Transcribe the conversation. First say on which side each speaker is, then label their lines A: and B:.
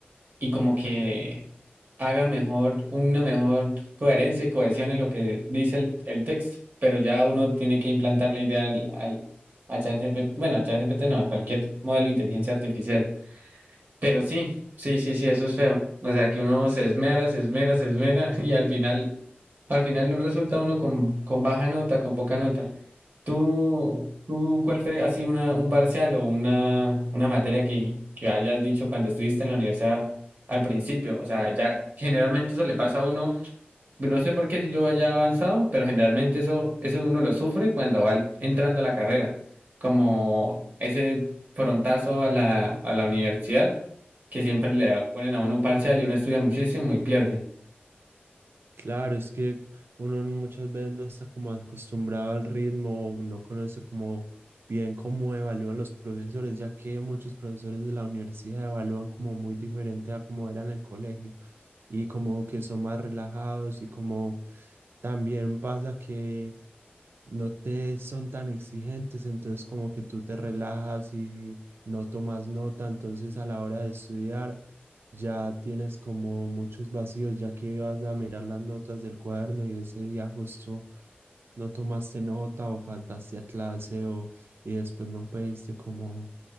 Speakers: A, on the right; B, on the right.
A: y como que haga mejor, una mejor coherencia y cohesión en lo que dice el, el texto. Pero ya uno tiene que implantar la idea al, al a ChatGPT, bueno, a ChatGPT no, a cualquier modelo de inteligencia artificial. Pero sí, sí, sí, sí, eso es feo. O sea, que uno se esmera, se esmera, se esmera <laughs> y al final al final no resulta uno con, con baja nota, con poca nota. ¿Tú, tú cuál fue así una, un parcial o una, una materia que, que hayas dicho cuando estuviste en la universidad al principio? O sea, ya generalmente eso le pasa a uno, no sé por qué si yo haya avanzado, pero generalmente eso, eso uno lo sufre cuando va al- entrando a la carrera, como ese frontazo a la, a la universidad que siempre le ponen a uno un parcial y uno estudia muchísimo y pierde.
B: Claro, es que uno muchas veces no está como acostumbrado al ritmo, o no conoce como bien cómo evalúan los profesores, ya que muchos profesores de la universidad evalúan como muy diferente a como era en el colegio y como que son más relajados y como también pasa que no te son tan exigentes, entonces como que tú te relajas y no tomas nota, entonces a la hora de estudiar ya tienes como muchos vacíos, ya que vas a mirar las notas del cuaderno y ese día justo no tomaste nota o faltaste a clase o y después no pediste como